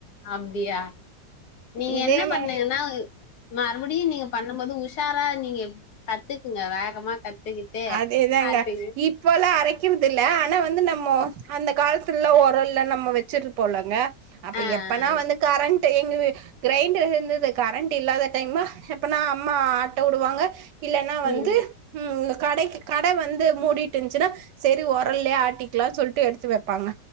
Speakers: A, on the left; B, on the right.
A: அப்டியா நீங்க
B: இதே
A: என்ன
B: மா
A: பண்ணீங்கனா மறுபடியு நீங்க பண்ணு போது உஷாரா நீங்க கத்துக்குங்க வேகமா கத்துக்கிட்டு
B: அதேதாங்க
A: அதுக்கு
B: இப்போல்லா அரைக் கிறது இல்ல ஆனா வந்து நம்மோ அந்த காலத்துல்லா ஒரல்ல நம்மோ வச்சுருப்போல்லங்க அப்ப
A: ஆ ஆ
B: எப்பனா வந்து கரன் ட் எங்க கிரைண்டர் இருந்துது கரண்ட் இல்லாத டைமா எப்பனா அம்மா ஆட்ட உடுவாங்க இல்லனா வந்து
A: ம்
B: ம் கடைக்கு கட வந்து மூடிட் இஞ்சுனா செரி ஒரல்லே ஆட்டிக்லா சொல்ட்டு எடுத்து வேப்பாங்க